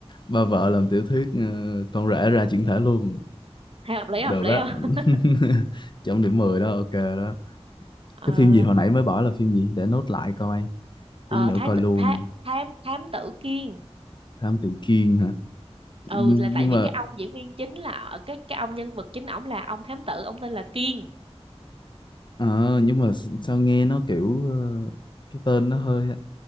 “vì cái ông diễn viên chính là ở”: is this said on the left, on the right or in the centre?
Right